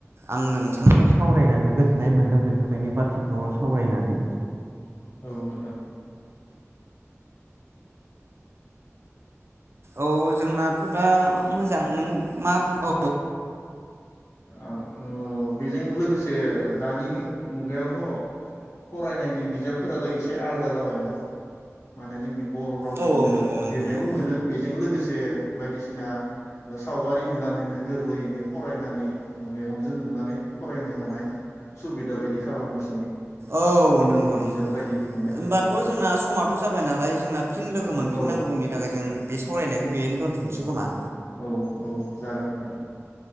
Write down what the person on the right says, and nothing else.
आं नोंथांनो सावरायनानै गोजोन नाय मोन्दों बेफोरबायदि बाथ्राखौ सावरायनानै
औ जोंनाथ' दा मोजां नों मा औ
औ औ नंगौ नोंथां
औ
औ नोंगौ नंगौ
होमबाथ' जोंना समाथ' जाबाय नालाय जोंना फिन लोगो मोनफिननांगौनि
थाखाय जों बे सावरायनायखौ बेहायनो दोनथनोसै खोमा?